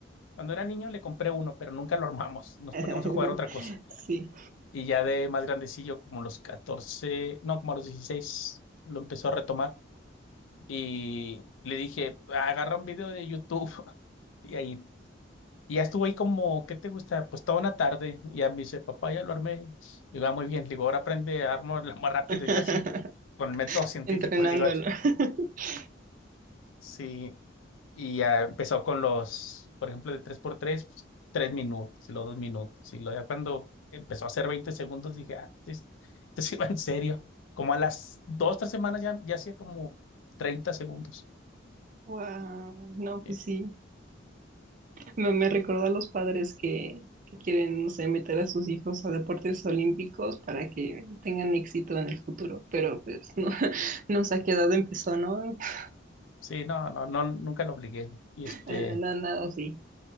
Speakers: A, on the left; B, on the right.
A: cuando era niño le compré uno, pero nunca lo armamos, nos
B: <laughs>
A: poníamos a jugar otra cosa.
B: Sí.
A: Y ya de más grandecillo, como los 14, no, como a los 16, lo empezó a retomar y le dije, agarra un video de YouTube. <laughs> Y ahí Y ya estuvo ahí como, ¿qué te gusta? Pues toda una tarde. Y ya me dice, papá, ya lo armé. Y va muy bien. Le digo, ahora aprende a armarlo más rápido.
B: <laughs>
A: Yo así, con el método científico,
B: Entrenándolo.
A: le digo,
B: <laughs>
A: sí. Y ya empezó con los, por ejemplo, de tres por tres pues, tres minutos, y luego dos minutos. Y luego ya cuando empezó a hacer 20 segundos, dije, ah, esto esto sí va en serio. Como a las dos, tres semanas ya, ya hacía como 30 segundos.
B: Wow. No,
A: Sí,
B: pues sí. Me, me recordó a los padres que, que quieren, no sé, meter a sus hijos a deportes olímpicos para que tengan éxito en el futuro. Pero pues no, <laughs> nos ha quedado empezó, ¿no? <laughs>
A: sí, no, no, no, nunca lo obligué. Y este.
B: Eh, na- Nada así.